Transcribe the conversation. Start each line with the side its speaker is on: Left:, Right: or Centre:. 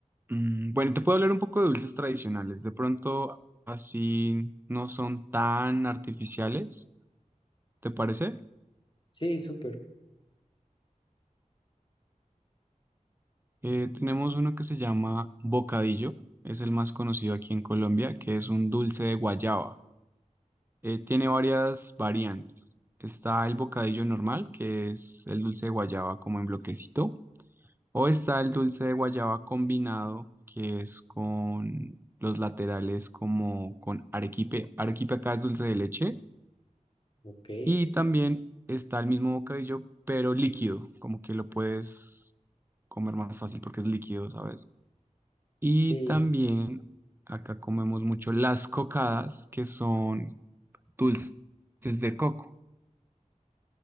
Right: mm, bueno, te puedo hablar un poco de dulces tradicionales. De pronto así no son tan artificiales, ¿te parece?
Left: Sí, súper.
Right: Eh, tenemos uno que se llama bocadillo, es el más conocido aquí en Colombia, que es un dulce de guayaba. Eh, tiene varias variantes. Está el bocadillo normal, que es el dulce de guayaba como en bloquecito, o está el dulce de guayaba combinado, que es con los laterales como con arequipe. Arequipe acá es dulce de leche.
Left: Ok,
Right: Y también está el mismo bocadillo, pero líquido, como que lo puedes comer más fácil porque es líquido, ¿sabes? Y
Left: sí.
Right: también acá comemos mucho las cocadas, que son dulces de coco.